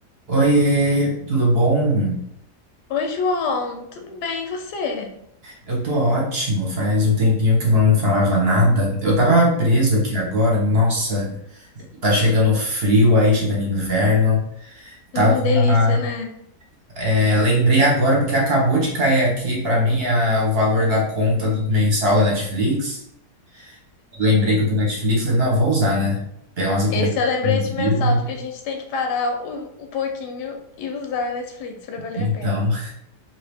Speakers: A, on the right; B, on the left.
A: Oiê, tudo bom?
B: Oi, João, tudo bem? E você?
A: Eu tô ótimo, faz um tempinho que eu não falava nada. Eu tava preso aqui agora, nossa, tá chegando frio aí, chegando inverno. Tava,
B: Hum, delícia, né?
A: é, lembrei agora porque acabou de cair aqui pra mim a- o valor da conta do mensal da Netflix. Lembrei que eu tô na Netflix, falei, não, vou usar, né? Pegar umas recomendações
B: Esse é o lembrete
A: de filme.
B: mensal de que a gente tem que parar o- um pouquinho e usar a Netflix para valer
A: Então,
B: a pena.